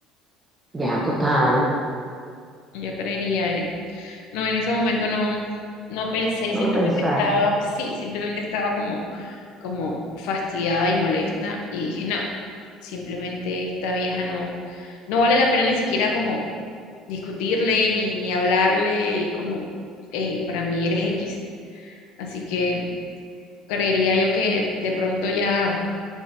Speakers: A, on the right (about 20°); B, on the left (about 80°).
A: Ya, total,
B: Yo creería, ¿eh? No, en ese momento no, no pensé,
A: no
B: simplemente
A: lo pensaste,
B: estaba, sí, simplemente estaba como, como fastidiada y molesta y dije, no, simplemente esta vieja no, no vale la pena ni siquiera como discutirle ni, ni hablarle y es como, hey, para mí eres X. Así que creería yo que de pronto ya,